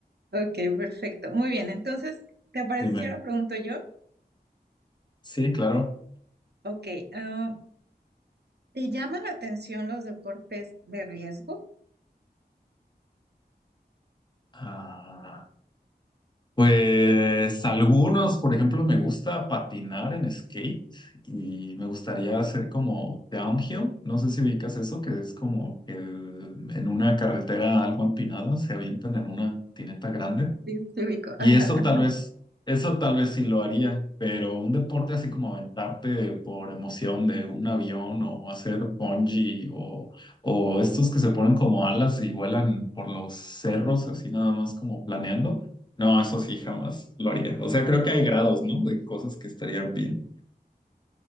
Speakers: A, on the right; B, on the left.
A: Ok, perfecto. Muy bien, entonces, ¿te parece
B: Dime.
A: si ahora pregunto yo?
B: Sí, claro.
A: Ok, ah, ¿te llaman la atención los deportes de riesgo?
B: Ah, Pues algunos, por ejemplo, me gusta patinar en skate y me gustaría hacer como downhill. No sé si ubicas eso, que es como que en una carretera algo empinada se avientan en una patineta grande.
A: Sí, sí, ubico.
B: Y
A: Ajá,
B: eso
A: ajá.
B: tal vez, eso tal vez sí lo haría, pero un deporte así como aventarte por emoción de un avión o hacer bungee o, o estos que se ponen como alas y vuelan por los cerros así nada más como planeando, no, eso sí jamás lo haría. O sea, creo que hay grados, ¿no? De cosas que estarían bien.